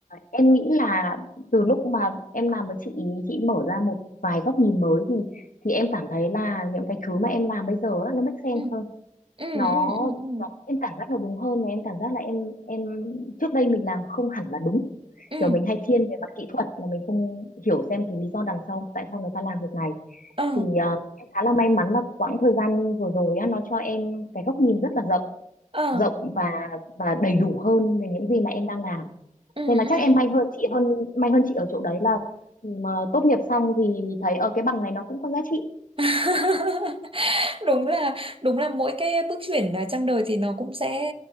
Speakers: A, on the left; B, on the right.
A: em nghĩ là từ lúc mà em làm với chị ý chị mở ra một vài góc nhìn mới thì thì em cảm thấy là những cái thứ mà em làm bây giờ á, nó make
B: Ừ
A: sense hơn
B: ừ
A: nó,
B: ừ ừ ừ
A: nó em cảm giác nó đúng hơn và em cảm giác là em em trước đây mình làm không hẳn là đúng
B: ừ
A: kiểu mình hay thiên về mặt kỹ thuật mà mình không hiểu xem cái lý do đằng sau tại sao người ta làm việc này
B: ờ
A: thì ờ, em khá là may mắn là quãng thời gian vừa rồi á, nó cho em cái góc nhìn rất là rộng
B: ờ
A: rộng và và đầy đủ hơn về những gì mà em đang làm
B: ừ
A: nên
B: ừ
A: là chắc em may
B: ừ
A: hơn chị hơn may hơn chị ở chỗ đấy là mà tốt nghiệp xong thì thấy ở cái bằng này nó cũng có giá trị
B: <laughs> đúng là đúng là mỗi cái bước chuyển à, trong đời thì nó cũng sẽ